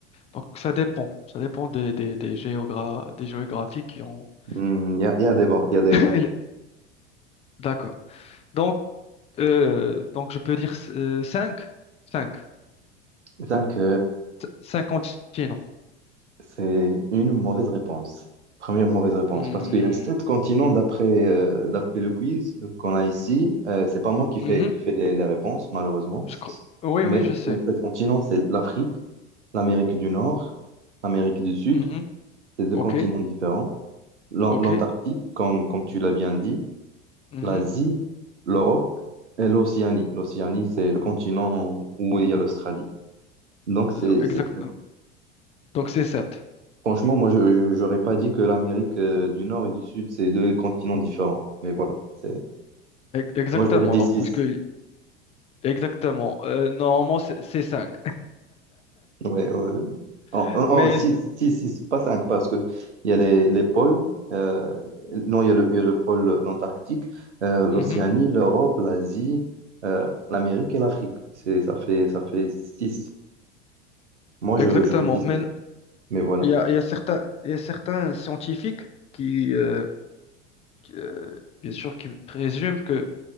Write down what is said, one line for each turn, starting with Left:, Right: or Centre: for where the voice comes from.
Left: donc ça dépend. Ça dépend des, des, des, géogra- des géographies qui ont. <coughs>
Right: Hmm, Il y a, il y a des bons, il y a des
Left: <clears throat>
Right: bons.
Left: Elle- D'accord. Donc, euh, donc, je peux dire euh, cinq cinq
Right: 5,
Left: cinq continents.
Right: C'est une mauvaise réponse. Première mauvaise réponse.
Left: Hmm,
Right: Parce qu'il y a sept continents d'après euh, d'après le quiz qu'on a ici. Euh, c'est pas moi qui fais
Left: mhm,
Right: qui fait les, les réponses, malheureusement.
Left: je cro- Oui,
Right: Mais
Left: oui, je sais.
Right: les sept continents, c'est l'Afrique, l'Amérique du Nord, l'Amérique du Sud.
Left: Mmh.
Right: C'est deux
Left: Ok,
Right: continents différents. L'An-
Left: ok.
Right: L'Antarctique, comme, comme tu l'as bien dit,
Left: mhm.
Right: l'Asie, l'Europe et l'Océanie. L'Océanie, c'est le continent où il y a l'Australie. Donc, c'est
Left: Le- Exact.
Right: c'est
Left: Donc c'est 7.
Right: Franchement, moi, je, je- j'aurais pas dit que l'Amérique euh, du Nord et du Sud, c'est deux continents différents. Mais voilà, c'est...
Left: Exactement.
Right: moi, j'aurais dit
Left: Donc
Right: six.
Left: puisque exactement. Euh, normalement c'est c'est 5.
Right: Ouais, ouais.
Left: <laughs>
Right: Oh, oh,
Left: Mais
Right: oh, six, six, six, pas cinq, parce que il y a les, les pôles. euh, non, il y a le, il y a le pôle, l'Antarctique, euh, l'Océanie,
Left: mhm,
Right: l'Europe, l'Asie, euh, l'Amérique et l'Afrique. C'est, ça fait, ça fait six. Moi,
Left: exactement.
Right: je- j'aurais dit
Left: Mais
Right: six. Mais voilà.
Left: il y a, il y a certains il y a certains scientifiques qui, euh, qui, euh, bien sûr qui présument que